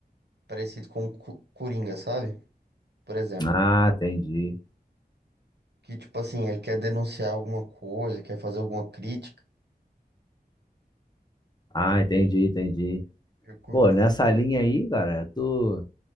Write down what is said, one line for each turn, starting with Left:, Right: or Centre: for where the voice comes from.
Right: parecido com Cu- Coringa, sabe? Por exemplo,
Left: ah, entendi.
Right: que tipo assim, ele quer denunciar alguma coisa, quer fazer alguma crítica.
Left: Ah, entendi, entendi.
Right: Eu curto
Left: Pô, nessa
Right: filme
Left: linha
Right: assim.
Left: aí, cara, tu,